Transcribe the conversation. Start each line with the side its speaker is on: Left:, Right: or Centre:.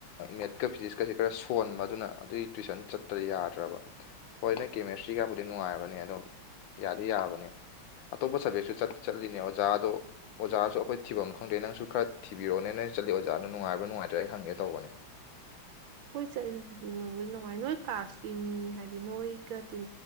Left: ꯃꯦꯠꯀ ꯐꯤꯖꯤꯛꯁꯀꯁꯦ ꯈꯔ ꯁꯣꯟꯕꯗꯨꯅ ꯑꯗꯨꯏ ꯇꯨꯋꯏꯁꯟ ꯆꯠꯇ꯭ꯔ ꯌꯥꯗ꯭ꯔꯕ ꯍꯣꯏ ꯅ ꯀꯦꯃꯦꯁꯇ꯭ꯔꯤꯒꯕꯨꯗꯤ ꯅꯨꯡꯉꯥꯏꯔꯕꯅꯤ ꯑꯗꯣ ꯌꯥꯗꯤ ꯌꯥꯕꯅꯦ ꯑꯇꯣꯞꯄ ꯁꯕꯖꯦꯛꯁꯨ ꯆꯠꯂꯤꯅꯦ ꯑꯣꯖꯥꯗꯣ ꯑꯣꯖꯥꯁꯨ ꯑꯩꯈꯣꯏ ꯊꯤꯐꯝꯝ ꯈꯪꯗꯦ ꯅꯪꯁꯨ ꯈꯔ ꯊꯤꯕꯤꯔꯣꯅꯦ ꯅꯣꯏ ꯆꯠꯂꯤꯜꯂꯤ ꯑꯣꯖꯥꯅ ꯅꯨꯡꯉꯥꯏꯕ꯭ꯔꯥ ꯅꯨꯡꯉꯥꯏꯇꯕꯔꯥ ꯑꯩ ꯍꯪꯒꯦ ꯇꯧꯕꯅꯦ
Right: ꯑꯩꯈꯣꯏ ꯆꯠꯂꯤꯗꯨꯗꯤ ꯅꯨꯡꯕꯨꯗꯤ ꯅꯨꯡꯉꯥꯏ ꯅꯣꯏ ꯀ꯭ꯂꯥꯁꯀꯤ ꯃꯤ ꯍꯥꯏꯗꯤ ꯅꯣꯏꯒ ꯇꯤꯟ